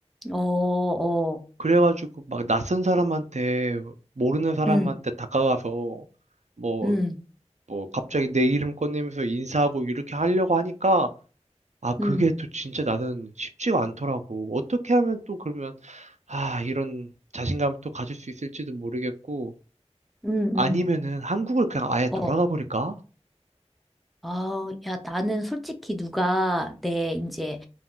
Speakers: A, in the centre; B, on the right (about 85°).
A: 어, 어.
B: 그래가지고 막 낯선 사람한테, 모르는 사람한테
A: 음,
B: 다가가서, 뭐,
A: 음,
B: 뭐, 갑자기 내 이름 꺼내면서 인사하고 이렇게 하려고 하니까, 아, 그게
A: 음,
B: 또 진짜 나는 쉽지가 않더라고. 어떻게 하면 또 그러면, 아, 이런 자신감을 또 가질 수 있을지도 모르겠고,
A: 음,
B: 아니면은
A: 음.
B: 한국을 그냥 아예 돌아가
A: 어,
B: 버릴까?
A: 아, 야, 나는 솔직히 누가 내 이제